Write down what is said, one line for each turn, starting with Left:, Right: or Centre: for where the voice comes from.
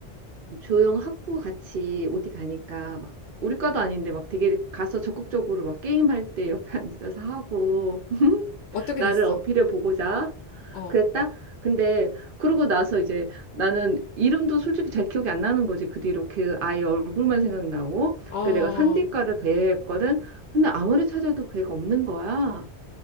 Right: 조용 학부 같이 어디 가니까 막 우리 과도 아닌데 막 되게 가서 적극적으로 막 게임할 때 옆에 앉아서 하고 <laughs>
Left: 어떻게
Right: 나를
Left: 됐어?
Right: 어필해 보고자
Left: 어,
Right: 그랬다? 근데 그러고 나서 이제 나는 이름도 솔직히 잘 기억이 안 나는 거지. 그 뒤로 그 아이 얼굴만 생각나고
Left: 어,
Right: 그 내가 산디과를 배회했거든. 근데 아무리 찾아도 걔가 없는 거야.